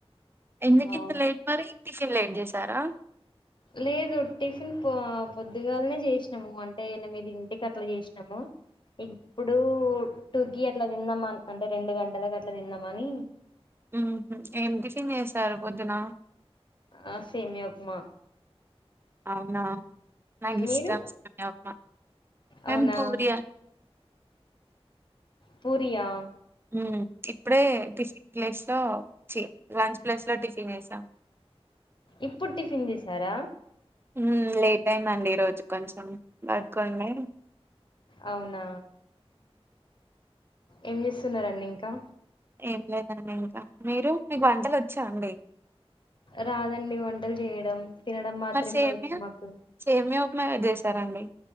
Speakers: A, on the right; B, on the left.
A: ఎందుకు
B: అవును
A: ఇంత లేట్ మరి టిఫిన్ లేట్ చే చేసారా
B: లేదు టిఫిన్ పో పొద్దుగాలనే చేసినాము అంటే ఎనిమిదింటికి అట్లా చేసినాము ఇప్పుడు టుకీ అట్లా తిందాం అంటే రెండు గంటలకు అట్లా తిందమ అని
A: ఉ ఏం టిఫిన్ చేసారు పొద్దున
B: ఆ సేమియ ఉప్మా
A: అవున నాకిష్టం
B: మీరు
A: సేమియ ఉప్మ మేం
B: అవునా
A: పూరి
B: పూరి ఆ
A: ఉమ్ ఇప్పుడే టిఫిన్ క్లేష్ లో చి లంచ్ ప్లేస్ లో టిఫిన్ చేసాం
B: ఇప్పుడు టిఫిన్ చేసారా
A: హు లేట్ అయిందండి ఈరోజు కొంచెం వర్క్ ఉండే
B: అవున ఏం చేస్తున్నరండి ఇంకా
A: ఏం లేదండి ఇంకా మీరు మీకు వంటలు వచ్చా అండి
B: రాదండి వంటలు చేయడం తినడం మాత్రే
A: మరి సేమియా
B: వచ్చు మాకు
A: సేమియా ఉప్మా ఎవరు చేశారండి